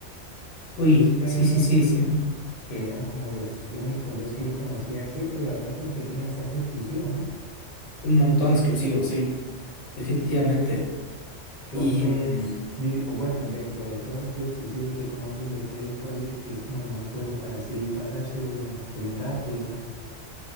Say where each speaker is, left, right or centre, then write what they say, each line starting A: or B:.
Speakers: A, on the left; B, on the left.
A: Uy,
B: pero
A: sí, sí, sí, sí, un
B: que eran como los únicos dos que yo conocía así, pero la verdad como que tiene bastante exclusivos, ¿no?
A: montón exclusivo, sí, definitivamente.
B: ¿Qué
A: Y
B: otros,
A: mm,
B: di- o bueno, dentro de todos estos exclusivos que conoces de Play, cuál dices que es como el mejor juego para así pasárselo por un rato y demás?